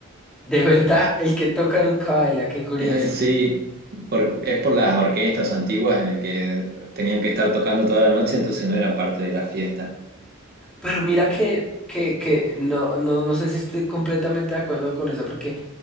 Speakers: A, in the centre; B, on the right (about 50°).
A: De verdad, el que toca nunca baila, qué curioso.
B: Eh, sí, por- es por las orquestas antiguas en el que tenían que estar tocando toda la noche, entonces no eran parte de la fiesta.
A: Pero mira que, que, que no, no, no sé si estoy completamente de acuerdo con eso, porque